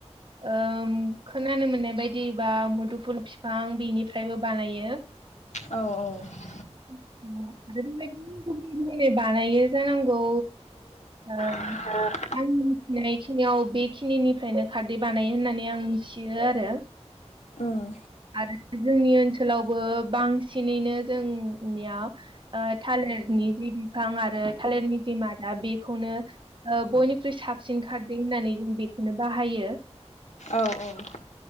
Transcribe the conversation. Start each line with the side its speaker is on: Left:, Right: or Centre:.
Right: ओ खोनानो मोननाय बायदि बा मुदुफुल फिफां बेनिफ्रायबो बानायो।
Left: औ औ
Right: उ औ आरो बेबायदिनो गुबुन गुबुनयै बानायो जानांगौ। ओ
Left: ओ
Right: आंनि मिथिनाय खिनियाव बे खिनिनिफ्रायनो खारदै बानायो होननानै आं मिथियो आरो।
Left: उम
Right: आरो जोंनि ओनसोलावबो बांसिनैनो जोंनिया ओ थालिरनि जि बिफां आरो थालिरनि जि मादा बेखौनो ओ बयनिख्रुइ साबसिन खारदै होननानै जों बेखौनो बाहायो
Left: औ औ